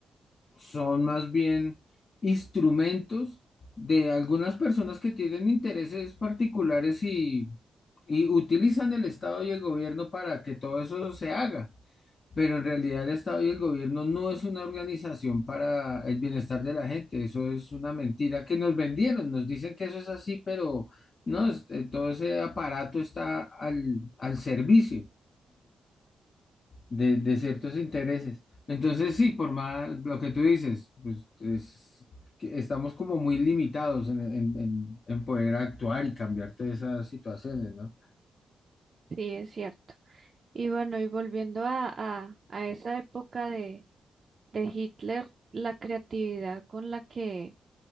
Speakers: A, on the left (about 40°); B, on the right (about 35°).
A: son más bien instrumentos de algunas personas que tienen intereses particulares y, y utilizan el Estado y el gobierno para que todo eso se haga. Pero en realidad el Estado y el gobierno no es una organización para el bienestar de la gente. Eso es una mentira que nos vendieron. Nos dicen que eso es así, pero no, es- eh, todo ese aparato está al, al servicio de, de ciertos intereses. Entonces, sí, por más lo que tú dices, pues es que estamos como muy limitados en, en- en- en poder actuar y cambiar todas esas situaciones, ¿no?
B: Sí, es cierto. Y bueno, y volviendo a, a, a esa época de, de Hitler, la creatividad con la que